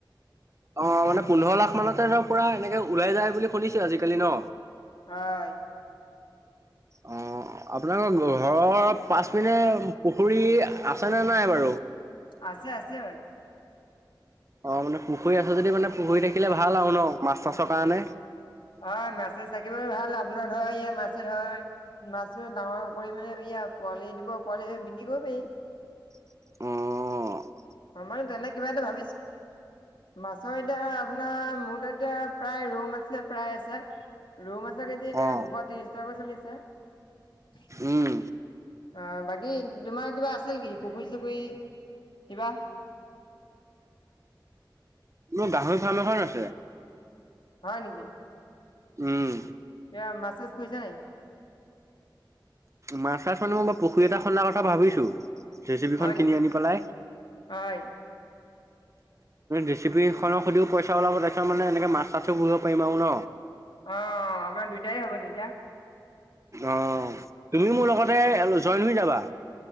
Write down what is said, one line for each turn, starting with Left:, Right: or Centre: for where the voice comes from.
Right: অ মানে পোন্ধৰ লাখ মানতে ধৰ পুৰা এনেকে ওলাই যায় বুলি শুনিছো আজিকালি ন।
Left: হয়
Right: হুম আপোনালোকৰ ঘৰৰ পাচ পিনে পুখুৰী আছেনে নাই বাৰু।
Left: আছে আছে।
Right: অ মানে পুখুৰী আছেো যদি মানে পুখুৰী থাকিলে ভাল আৰু ন মাছ চাছৰ কাৰণে।
Left: অ মাছ ছাছ থাকিব ভাল আপোনাৰ ধৰ। মাছ ধৰ মাছ ধ ডাঙৰ কৰি মানে এয়া পোৱালি দিব পোৱালি বিক্ৰী কৰিব পাৰি।
Right: উম।
Left: অ মানে তেনে কিবা এটা ভাবিচো। মাছৰ এতিয়া আপোনাৰ মোৰ তাত এতিয়া। প্ৰায় ৰৌ মাছে প্ৰায় আছে, ৰৌ মাছৰ কেজি এতিয়া
Right: অ
Left: দুশ ত্ৰিশ টকাাকৈ চলিছে। ছে।
Right: উম।
Left: অ বাকী তোমাৰ কিবা আছিল নেকি পুখুৰী চুখুৰী। কিবা।
Right: মোৰ গাহৰি ফাৰ্ম এখন আছে।
Left: হয় নেকি।
Right: উম।
Left: এয়া মাছ চাজ পূহিছা নে নাই।
Right: মাছা ছাছ মানে মইই পুখুৰী এটা খন্দাৰ কথা ভাবিছো। জেচিপিখন
Left: হয় নেকি?
Right: কিনি আনি পেলাই।
Left: হয়
Right: যেচিপি খনৰ সুতিও পইচা ওলাব তাৰপিছত মানে এনেকে মাছ তাছো পুহিব পাৰিম আৰু ন।
Left: অ আপোনাৰ দুইটাই হ'ব তেতিয়া।
Right: অ তুমি
Left: উম
Right: মোৰ লগতে
Left: উম
Right: জইন হৈ যাবা।